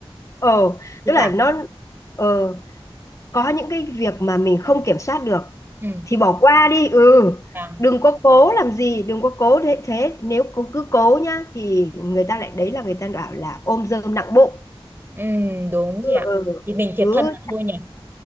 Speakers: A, on the left; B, on the right.
A: ờ
B: thi
A: tức
B: thoảng
A: là nó ờ có những cái việc mà mình không kiểm soát được
B: ừ
A: thì bỏ qua đi ừ
B: vâng
A: đừng có cố làm gì đừng có cố thế thế nếu cứ, cứ cố nhá thì người ta lại đấy là người ta bảo là ôm dơm nặng bụng
B: Ừ, đúng chị ạ.
A: ừ,
B: Thì mình thiệt
A: cứ
B: thân là thôi nhỉ.